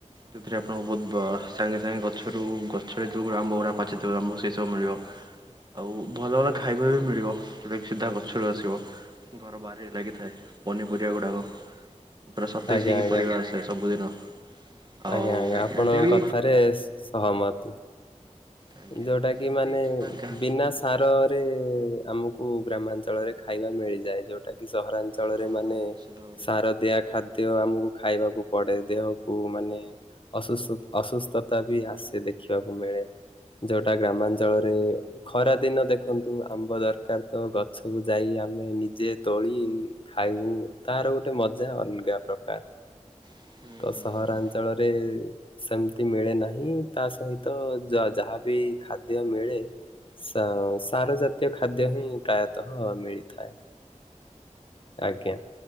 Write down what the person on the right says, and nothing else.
ଯୋଉ ଥିରେ ଆପଣଙ୍କୁ ବହୁତ ସାଙ୍ଗେ ସାଙ୍ଗେ ଗଛରୁ ଗଛରେ ଯଉ ଆମ୍ବ ଗୁଡ଼ା। ପାଚିଥିବ ଆମକୁ ସେଇସବୁ ମିଳିବ। ଆଉ ଭଲ ଭଲ ଖାଇବା ବି ମିଳିବ ଯୋଉଟା କି ସିଧା ଗଛରୁୁ ଆସିବ। ଘର ବାରିରେ ଲାଗିଥାଏ ପନିପରିବା ଗୁଡ଼ାକ। ପୁରା ସତେଜ୍
ହେଇକି
ପରିବା ଆସେ ସବୁଦିନ। ଆଉ
ଏମିତି ବି
ଆଜ୍ଞା
ଆଜ୍ଞା ସେମିତି
ଗାଁ
ହଁ
ହଁ ନିଶ୍ଚିତ ଭାବରେ
ହୁଁ
ହୁଁ
ହୁଁ।